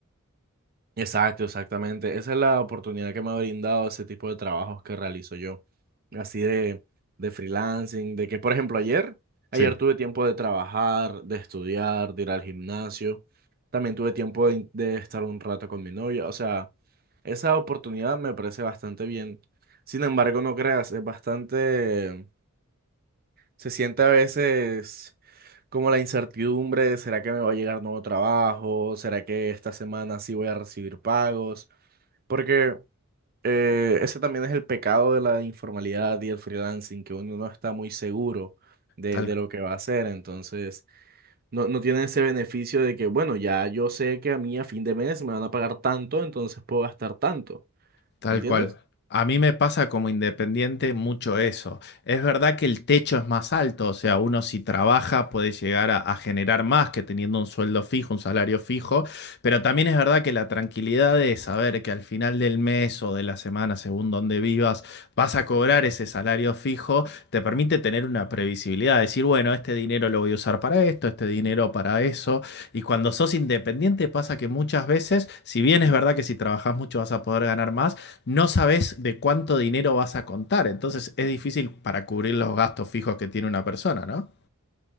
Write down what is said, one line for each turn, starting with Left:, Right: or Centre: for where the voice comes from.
Right: Exacto, exactamente. Esa es la oportunidad que me ha brindado ese tipo de trabajos que realizo yo, así de, de freelancing, de que, por ejemplo, ayer, ayer
Left: Sí,
Right: tuve tiempo de trabajar, de estudiar, de ir al gimnasio, también tuve tiempo de, de estar un rato con mi novia, o sea, esa oportunidad me parece bastante bien. Sin embargo, no creas, es bastante Se siente a veces como la incertidumbre de ¿será que me va a llegar nuevo trabajo? ¿Será que esta semana sí voy a recibir pagos? Porque eh, ese también es el pecado de la informalidad y el freelancing, que uno no está muy seguro de,
Left: tal
Right: de lo que va a hacer. Entonces, no, no tiene ese beneficio de que, bueno, ya yo sé que a mí a fin de mes me van a pagar tanto, entonces puedo gastar tanto.
Left: Tal
Right: ¿Me entiendes?
Left: cual. A mí me pasa como independiente mucho eso. Es verdad que el techo es más alto, o sea, uno si trabaja puede llegar a, a generar más que teniendo un sueldo fijo, un salario fijo, pero también es verdad que la tranquilidad de saber que al final del mes o de la semana, según donde vivas, vas a cobrar ese salario fijo, te permite tener una previsibilidad, decir, bueno, este dinero lo voy a usar para esto, este dinero para eso. Y cuando sos independiente pasa que muchas veces, si bien es verdad que si trabajás mucho vas a poder ganar más, no sabes de cuánto dinero vas a contar. Entonces es difícil para cubrir los gastos fijos que tiene una persona, ¿no?